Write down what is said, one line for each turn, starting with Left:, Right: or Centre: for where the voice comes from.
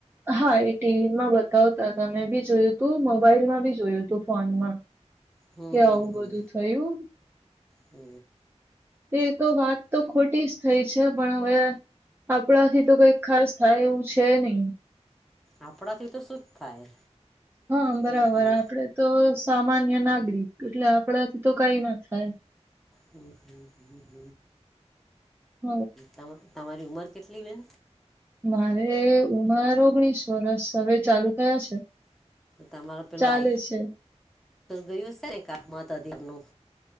Right: હા એ ટીવીમાં બતાવતા તમે બી જોયું તું મોબાઈલ માં બી જોયું તું ફોનમાં
Centre: હમ
Right: કે
Centre: હમ
Right: આવું
Centre: હમ
Right: બધું થયું.
Centre: હમ
Right: એ તો વાત તો ખોટી જ થઈ છે પણ હવે આપણાથી તો કંઈક ખાસ થાય એવું છે નહી.
Centre: આપણાથી તો શું જ થાય?
Right: હા બરાબર
Centre: હમ હમ
Right: આપડે તો સામાન્ય નાગરિક એટલે આપણા થી તો કઈ ના થાય.
Centre: હ હ હ હ
Right: હ
Centre: હ હ તમારી ઉંમર કેટલી બેન?
Right: મારે ઉમર ઓગણીસ વરષ હવે ચાલુ થયા છે.
Centre: તમાર પેલું
Right: ચાલે
Centre: આઈ
Right: છે
Centre: ગયું હશે ને ક મત અધિક નું?